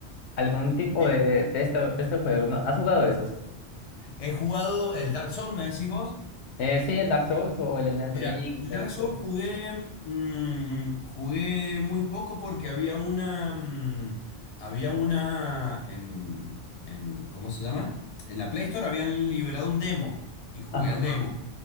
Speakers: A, on the left; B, on the left.
A: algún tipo
B: Sí.
A: de, de, este, de este juego. ¿no? ¿Has jugado esos?
B: He jugado el Dark Souls, ¿me decís vos?
A: Eh, sí, el Dark Souls o el Elden
B: Mira,
A: Ring,
B: el
A: el...
B: Dark Souls
A: Souls.
B: jugué, mm, jugué muy poco porque había una, mm, había una en, en, ¿cómo se llama? En la Play Store habían liberado un demo y jugué
A: Ajá,
B: al demo.